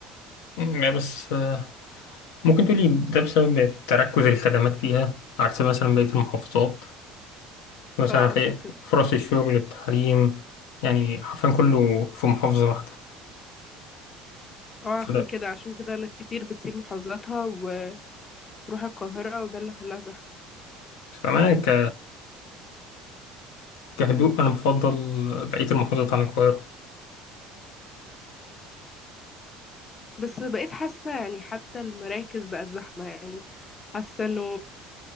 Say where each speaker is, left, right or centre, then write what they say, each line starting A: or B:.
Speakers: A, on the left; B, on the left.
A: م- يعني بس آه، ممكن تقولي ده بسبب تركز الخدمات فيها عكس مثلا بقية المحافظات مثلا
B: اه
A: هتلاقي
B: اقصد كده
A: فرص الشغل التعليم يعني حرفيا كله في محافظة واحدة
B: اه عشان
A: فده
B: كده عشان كده ناس كتير بتسيب محافظاتها وتروح القاهرة وده اللي خلاها زحمة
A: فأنا ك... كهدوء أنا بفضل بقية المحافظات عن القاهرة
B: بس بقيت حاسة يعني حتى المراكز بقت زحمة يعني حاسه انه